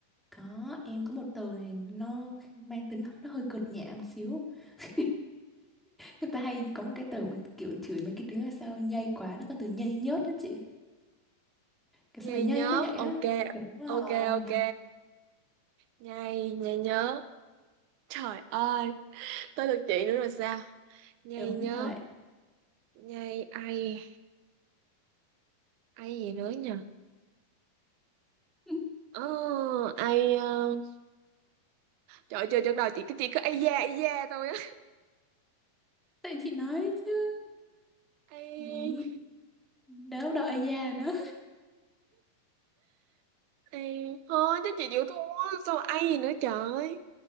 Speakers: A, in the centre; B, on the right (about 80°).
A: có em có một từ này nó mang tính nó hơi cực nhẹ một xíu. <laughs> Người ta hay có một cái từ mà kiểu chửi mấy cái đứa là sao nhây quá, nó có từ nhây nhớt đó chị. Kiểu
B: nhây
A: sao mày nhây
B: nhớ
A: quá vậy á?
B: ok
A: Đúng rồi,
B: ok ok
A: đó.
B: nhây nhây nhớ trời ơi tới lượt chị nữa rồi sao nhây
A: Đúng
B: nhớ
A: vậy. <laughs>
B: nhây ai ai gì nữa nhờ
A: Ừ,
B: ờ ai ờ, trời ơi, chơi trước đầu chị cứ chị cứ ai da ai da thôi á
A: Tại chị nói chứ.
B: ai
A: Ý, đó đâu ai già đó.
B: ai thôi chứ chị chịu thua sao mà ai gì nữa trời